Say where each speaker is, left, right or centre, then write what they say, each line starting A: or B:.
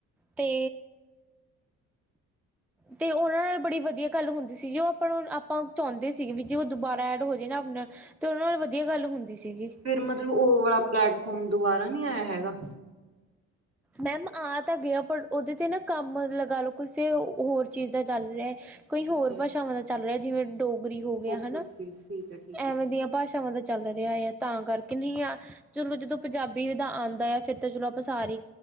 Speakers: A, in the centre; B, on the right.
A: ਤੇ ਤੇ ਉਹਨਾਂ ਨਾਲ ਬੜੀ ਵਧੀਆ ਗੱਲ ਹੁੰਦੀ ਸੀ। ਜੋ ਉਹ ਆਪਾਂ ਨੂੰ ਆਪਾਂ ਚਾਹੁੰਦੇ ਸੀਗੇ ਵੀ ਜੇ ਉਹ ਦੁਬਾਰਾ ਐਡ ਹੋ ਜਾਏ ਨਾ ਆਪਣਾ ਤੇ ਉਹਨਾਂ ਨਾਲ ਵਧੀਆ ਗੱਲ ਹੁੰਦੀ ਸੀਗੀ।
B: ਫਿਰ ਮਤਲਬ, ਉਹ ਵਾਲਾ ਪਲੈਟਫਾਰਮ ਦੁਬਾਰਾ ਨਹੀਂ ਆਇਆ ਹੈਗਾ?
A: ਮੈਮ ਆ ਤਾਂ ਗਿਆ, ਪਰ ਉਹਦੇ ਤੇ ਨਾ ਕੰਮ ਲਗਾ ਲਓ ਕਿਸੇ ਹੋਰ ਚੀਜ਼ ਦਾ ਚੱਲ ਰਿਹਾ। ਕੋਈ ਹੋਰ
B: ਓਕੇ
A: ਭਾਸ਼ਾਵਾਂ ਦਾ ਚੱਲ ਰਿਹਾ। ਜਿਵੇਂ ਡੋਗਰੀ ਹੋ ਗਿਆ।
B: ਓਕੇ
A: ਹਨਾ,
B: ਓਕੇ ਠੀਕ ਹੈ ਠੀਕ ਹੈ
A: ਐਵੇਂ
B: ਠੀਕ
A: ਦੀਆਂ ਭਾਸ਼ਾਵਾਂ ਦਾ। ਚੱਲ ਰਿਹਾ ਆ ਤਾਂ ਕਰਕੇ ਨਹੀਂ, ਚਲੋ ਜਦੋਂ ਪੰਜਾਬੀ ਦਾ ਆਉਂਦਾ ਆ ਫਿਰ ਤਾਂ ਚਲੋ ਆਪਾਂ ਸਾਰੇ ਹੀ।